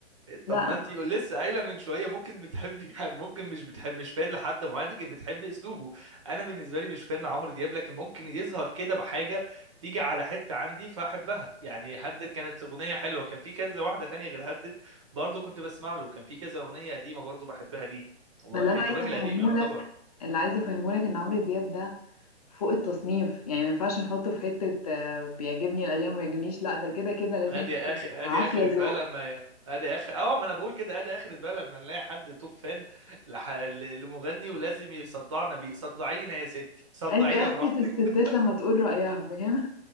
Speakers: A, on the left; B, on the right.
A: لا
B: طب ما انتي لسه قايله من شويه ممكن بتحبي <laughs> ممكن مش بتحب مش فان لحد معين لكن بتحبي اسلوبه انا بالنسبه لي مش فان لعمرو دياب لكن ممكن يظهر كده بحاجه تيجي على حته عندي فاحبها يعني هدد كانت اغنيه حلوه كان في كذا واحده تانية غير هدد برضو كنت بسمع له كان في كذا اغنيه قديمه برضو بحبها ليه هو
A: ما اللي
B: لانه
A: انا عايزه
B: راجل
A: افهمه
B: قديم يعتبر
A: لك اللي عايزه افهمه لك ان عمرو دياب ده فوق التصنيف يعني ما ينفعش نحطه في حته آه، بيعجبني الايام ما بيعجبنيش لا ده كده كده لازم
B: ادي
A: تحبه
B: اخر ادي
A: عافيه
B: اخر بقى
A: ذوق
B: لما ي- ادي اخر اه ما انا بقول كده ادي اخر بقى لما نلاقي حد توب فان لح... ل- لمغني ولازم يصدعنا بيه صدعينا يا ستي صدعينا
A: ادي اخرة
B: براحتك
A: الستات لما تقول رايها فاهم